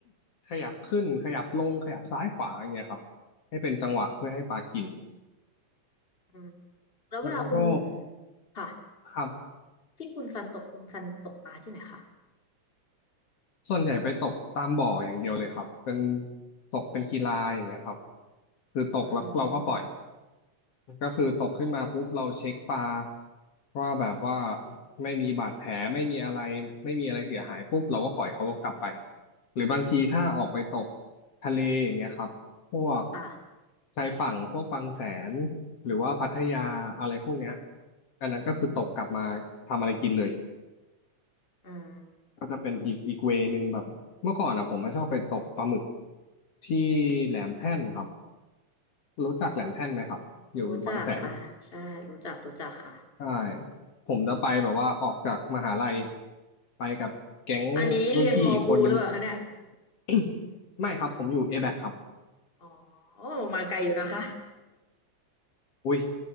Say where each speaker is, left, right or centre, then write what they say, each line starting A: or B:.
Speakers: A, on the left; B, on the left.
A: <coughs> ขยับขึ้นขยับลงขยับซ้ายขวาอย่างเงี้ยครับให้เป็นจังหวะเพื่อให้ปลากิน
B: อืมแล้วเวลาคุณ
A: มันก็
B: ค่ะ
A: ครับ
B: ที่คุณซันตกคุณซันตกปลาที่ไหนคะ
A: ส่วนใหญ่ไปตกตามบ่ออย่างเดียวเลยครับเป็นตกเป็นกีฬาอย่างเงี้ยครับคือตกแล้วเราก็ปล่อย
B: อืม
A: ก็คือตกขึ้นมาปุ๊บเราเช็คปลาว่าแบบว่าไม่มีบาดแผลไม่มีอะไรไม่มีอะไรเสียหายปุ๊บเราก็ปล่อยเขาก็กลับไปหรือบางทีถ้าออกไปตกทะเลอย่างเงี้ยครับพวก
B: ค่ะ
A: ชายฝั่งพวกบางแสนหรือว่าพัทยาอะไรพวกเนี้ยอันนั้นก็คือตกกลับมาทำอะไรกินเลย
B: อืม
A: ก็จะเป็นอีกอีกเวนึงแบบเมื่อก่อนอ่ะผมมาชอบไปตกปลาหมึกที่แหลมแท่นครับรู้จักแหลมแท่นไหมครับอยู่บางแสน
B: รู้จักค่ะใช่ รู้จักรู้จักค่ะ
A: ใช่ผมจะไปแบบว่าออกจากมหาลัยไปกับแก๊งรุ่นพี่อีกคนนึง
B: อันนี้เรียนมอบูหรือเปล่าคะเนี่ย
A: <coughs> ไม่ครับผมอยู่ A-BAC คครับ
B: อ๋อมาไกลอยู่นะคะ
A: อุ้ย